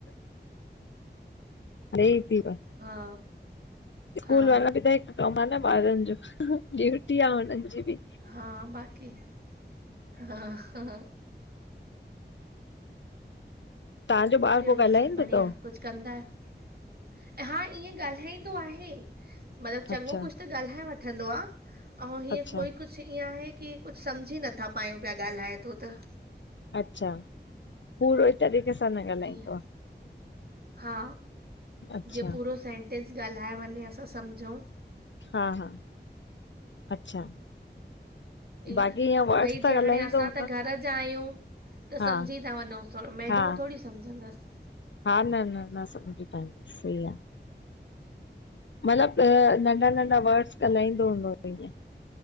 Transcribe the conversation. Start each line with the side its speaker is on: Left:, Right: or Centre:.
Left: नई थी व
Right: हा
Left: <inaudible> स्कूल
Right: हा हा
Left: वारा बि त हिकु <inaudible> कमु आहे न ॿारनि जो ड्यूटी आहे हुननि जी बि
Right: हा बाक़ी हा हा
Left: तव्हांजो ॿार
Right: ॿियो
Left: पोइ ॻाल्हाईंदो
Right: सभु बढ़िया
Left: अथव
Right: कुझु कंदा आहियो हा ईअं ॻाल्हाईंदो आहे मतिलबु चङो
Left: अच्छा।
Right: कुझु हां गालाह वठदो आ अऊ हि
Left: अच्छा
Right: कोई कुझु कुझु ईअं आहे की कुझु सम्झी नथा पायूं पिया ॻाल्हाए थो त
Left: अच्छा पूरो ई तरीक़े सां न ॻाल्हाईंदो
Right: ईअं
Left: आहे
Right: हा
Left: अच्छा।
Right: जिअ पूरो सेंटेंस ॻाल्हाए वञे असां समझूं
Left: हा हा अच्छा
Right: ईअं
Left: बाक़ी वर्ड्स
Right: भई जीअ
Left: त
Right: हाणे
Left: ॻाल्हाईंदो
Right: असां
Left: हूंदो
Right: त घर
Left: न?
Right: जा आहियूं त
Left: हा।
Right: समझी था वञूं थोरो मैडमूं
Left: हा
Right: थोरी सम्झंदसि
Left: हा न न न समझी पाईंदी <inaudible> सही आहे मतलब नंढा नंढा वर्ड्स ॻाल्हाईंदो हूंदों तई